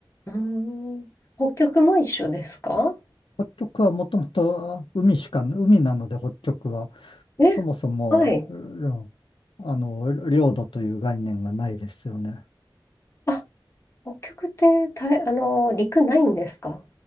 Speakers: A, on the left; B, on the left.
A: うーん。北極も一緒ですか
B: 北極はもともと海しか、海なので北極は、
A: え、
B: そもそも、
A: はい。
B: うんあの、領土という概念がないですよね。
A: あ、北極ってたい、あの、陸ないんですか